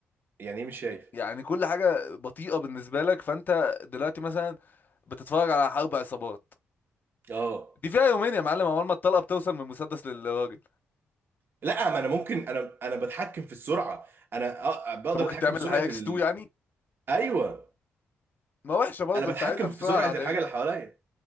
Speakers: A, on the right; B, on the left.
A: يعني ايه مش شايف
B: يعني كل حاجة بطيئة بالنسبة لك فانت دلوقتي مثلا بتتفرج على حرب عصابات
A: اه
B: دي فيها يومين يا معلم اول ما الطلقة بتوصل من المسدس للراجل
A: لا ما انا ممكن انا انا بتحكم في السرعه انا أ... بقدر
B: انت ممكن
A: اتحكم
B: تعمل
A: في
B: الحقيقة
A: سرعه
B: اكس
A: ال...
B: 2 يعني
A: ايوه
B: ما وحشة برضه
A: انا بتحكم
B: انت عايزها في
A: في
B: السرعة
A: سرعه
B: العادية
A: الحاجه اللي حواليا